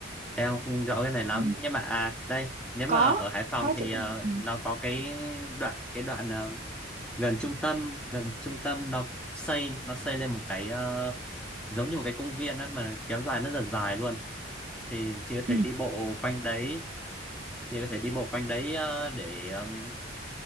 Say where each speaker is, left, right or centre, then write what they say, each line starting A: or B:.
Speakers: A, in the centre; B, on the right (about 40°).
A: em không rõ cái này lắm
B: ừ.
A: nhưng mà à đây nếu mà
B: có
A: ở Hải Phòng
B: có
A: thì
B: chị
A: ờ,
B: có ừ.
A: nó có cái đoạn cái đoạn ờ, gần trung tâm gần trung tâm nó xây nó xây lên một cái ờ, giống như một cái công viên ấy mà kéo dài rất là dài luôn thì chị có
B: Ừ.
A: thể đi bộ quanh đấy chị có thể đi bộ quanh đấy ờ, để ừm,